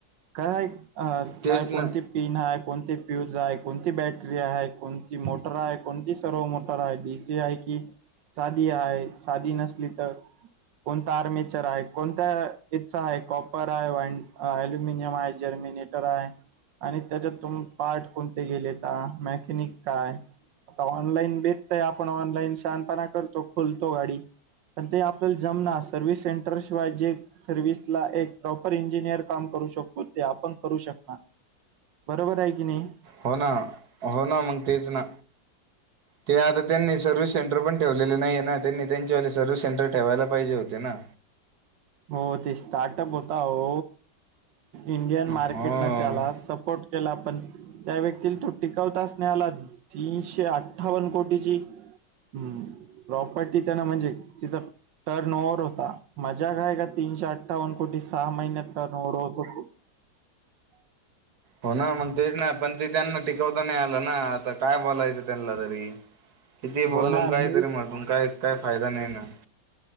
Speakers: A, on the right (about 80°); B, on the right (about 60°).
A: काय अ
B: तेच
A: काय कोणती
B: ना
A: पिन आहे कोणती फ्यूज आहे कोणती बॅटरी आहे कोणती मोटर आहे कोणती सर्व मोटर आहे डी सी आहे की सादी. आहे सादी नसली तर कोणता आर्मेचर आहे कोणत्या इच्चा आहे कॉपर आहे वाईंड अल्युमिनियम आहे जर्मिनी टर आहे आणि त्याच्यात तुम पार्ट कोणते गेले का मॅकॅनिक काय तो ऑनलाईन भेटतय आपण ऑनलाईन शानपणा करतो खोलतो गाडी पण ते आपल्याला जमना सर्विस सेंटर शिवाय जे सर्व्हिस ला एक प्रॉपर इंजिनिअर काम करू शकतो ते आपण करू शकणार. बरोबर आहे की नाही.
B: हो ना हो ना मग तेच ना ते आता त्यांनी सर्विस सेंटर पण- ेवलेले नाहीे ना त्यांनी त्यांच्या व सर्व्हिस सेंटर ठेवायला पाहिजे होते ना.
A: हो ते स्टार्टप होता हो. इंडियन
B: हो
A: मार्केटनं त्याला सपोर्ट केला पण त्या व्यक्तीला तो- टिकवता असण्या आला तीनशे अठ्ठावन्न कोटीची ह् प्रॉपर्टी त्याना म्हणजे तिचा टर्न ओव्हवर होता मा- जग का आहे का तीनशे अठ्ठवन कोटी सहा महि्या न कोटी.
B: हो ना मग तेच नाही पण ते त्यांना टिकवता नाही आलं ना आता काय बोलायचं त्यांना तरी. किती बोलल
A: हो ना
B: काहीतरी
A: मी
B: म्हट काय काय फायदा नाही ना.